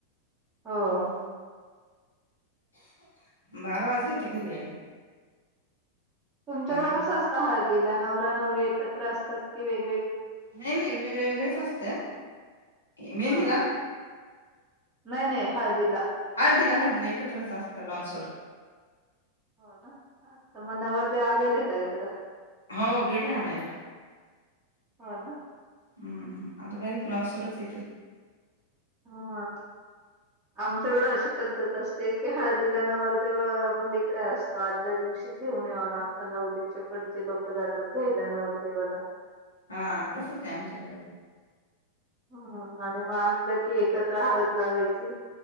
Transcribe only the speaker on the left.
हम्म. बारा वाजले ते घरी यायला.
आणि
नाही, नाही वेगळे-वेगळेच असते मेहंदीला
ना.
हळदिला-हळदिला एकत्रच असता लॉचवर.
हो गेले आणायला.
हम्, आता काय ग्लॉस वरच येतील.
हा तसच आहे आमच्याकडे पण.